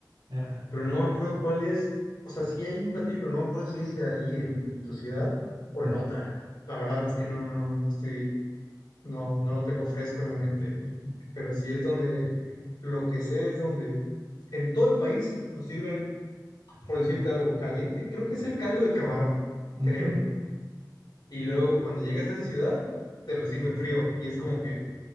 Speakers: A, on the right (about 85°); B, on the left (about 75°).
A: ajá.
B: Pero no me acuerdo cuál es, o sea, sí hay un platillo, pero no me acuerdo si es ahí en tu ciudad o
A: ujú,
B: en otra. La verdad es que no, no, no estoy, no, no lo tengo fresco en la mente,
A: <laughs>
B: pero sí es donde, lo que sé es donde en todo el país lo sirven, por decirte algo, caliente. Creo que es el caldo de camarón,
A: ujú.
B: creo. Y luego cuando llegas a esa ciudad, te lo sirven frío. Y es como que,